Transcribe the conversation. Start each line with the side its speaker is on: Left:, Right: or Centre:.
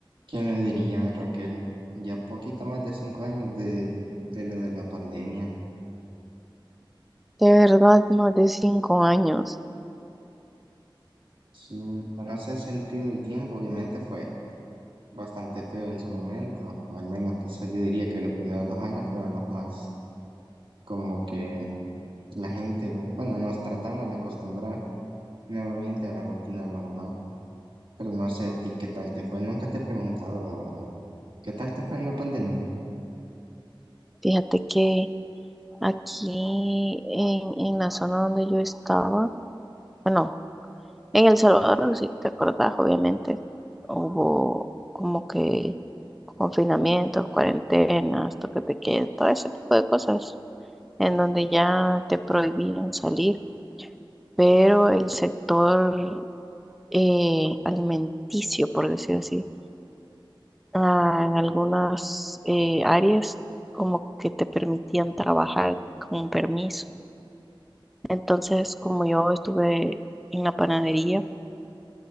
Right: ¿Quién lo diría, Raquel? Ya poquito más de cinco años de, de lo de la pandemia.
Centre: De verdad, más de cinco años.
Right: Sí, o sea, no se ha sentido el tiempo, obviamente fue bastante feo en su momento. Al menos quizás yo diría que los primeros dos años fueron los más como que la gente, bueno, nos tratamos de acostumbrar nuevamente a la rutina normal. Pero no sé a ti qué tal te fue, nunca te he preguntado la verdad. ¿Qué tal te fue en la pandemia?
Centre: Fíjate que aquí en, en la zona donde yo estaba, bueno, en El Salvador, si te acordás, obviamente, hubo como que confinamientos, cuarentenas, toque de queda, todo ese tipo de cosas, en donde ya te prohibían salir, pero el sector eh, alimenticio, por decir así, ah, en algunas eh, áreas como que te permitían trabajar con un permiso. Entonces, como yo estuve en la panadería,